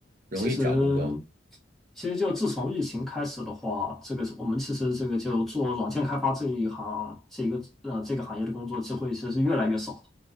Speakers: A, on the right; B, in the centre.
A: 容易找工作吗？
B: 其实其实就自从疫情开始的话，这个是我们其实这个就做软件开发这一行，这个呃这个行业的工作机会其实是越来越少的。